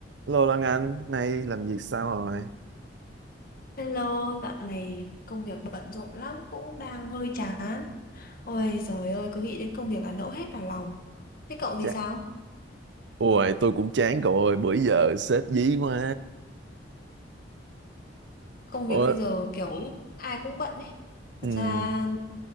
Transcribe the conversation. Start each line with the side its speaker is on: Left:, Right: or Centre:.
Right: Lô Lan Anh, nay làm việc sao rồi?
Left: Hello, dạo này công việc bận rộn lắm cũng đang hơi chán. Ôi trời ơi, cứ nghĩ đến công việc là nẫu hết cả lòng. Thế cậu thì
Right: Chà,
Left: sao?
Right: ôi, tôi cũng chán cậu ơi, bữa giờ sếp dí quá.
Left: Công
Right: Ôi,
Left: việc bây giờ kiểu ai cũng bận ấy. Thật
Right: ừm,
Left: ra